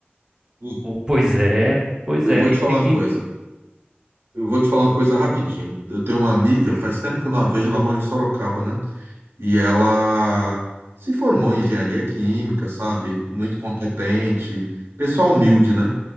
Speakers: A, on the right (about 85°); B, on the right (about 20°).
A: Hum,
B: Pois é, pois
A: Eu
B: é,
A: vou te
B: e
A: falar
B: tem que
A: uma coisa. Eu vou te falar uma coisa rapidinho. Eu tenho uma amiga,
B: sim.
A: faz tempo que eu não a vejo, ela mora em Sorocaba, né? E ela se formou em engenharia química, sabe? Muito competente, pessoal humilde, né?